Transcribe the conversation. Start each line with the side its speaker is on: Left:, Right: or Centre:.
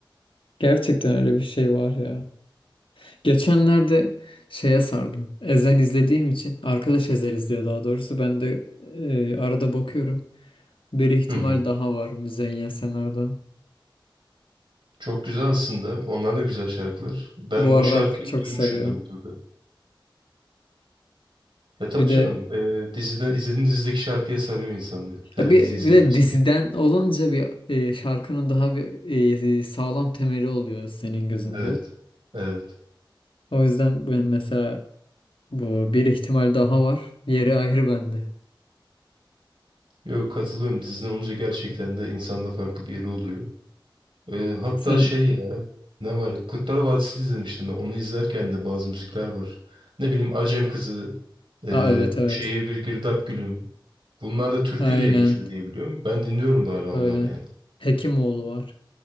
Left: Gerçekten öyle bir şey var ya. Geçenlerde şeye sardım. Ezel izlediğim için. Arkadaş Ezel izliyor daha doğrusu. Ben de e, arada bakıyorum. Bir ihtimal
Right: <laughs> Hı hı.
Left: daha var Müzeyyen Senar'dan.
Right: Çok güzel aslında. Onlar da güzel şarkılar. Ben
Left: Bu
Right: o
Left: aralar
Right: şarkıyı
Left: çok
Right: duymuşumdur
Left: sarıyor.
Right: mutlaka. Ya tabii
Left: Bir de
Right: canım. Ee, dizide, izlediğin dizideki şarkıya sarıyor insan diye. Her
Left: ya bir,
Right: diziyi seviyorsa.
Left: bir de diziden olunca bir e, şarkının daha bir e, sağlam temeli oluyor senin gözünde.
Right: Evet. Evet.
Left: O yüzden ben mesela bu bir ihtimal daha var. Yeri ayrı bende.
Right: Yok katılıyorum. Disney olunca gerçekten de insanda farklı bir yeri oluyor. Ee, hatta
Left: Sen
Right: şey ya ne var? Kurtlar Vadisi izlemiştim ben. Onu izlerken de bazı müzikler var. Ne bileyim Acem Kızı, e,
Left: Aa, evet evet.
Right: Bu Şehir Bir Girdap Gülüm. Bunlar da türkü
Left: Aynen.
Right: diye geçiyor diye biliyorum. Ben dinliyorum da hala onları
Left: Öyle.
Right: yani.
Left: Hekimoğlu var.